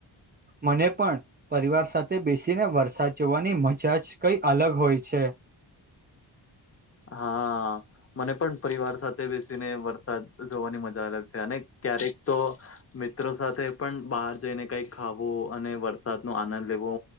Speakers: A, on the right; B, on the left.
A: મને પણ. પરિવાર સાથે બેસીને વરસાદ જોવાની મજા જ કઈ અલગ હોય છે.
B: હા. મને પણ પરિવાર સાથે બેસીને વરસાદ જોવાની મજા અલગ છે અને ક્યારેક તો મિત્રો સાથે પણ બહાર જઈને કઈક ખાવું અને વરસાદનો આનંદ લેવો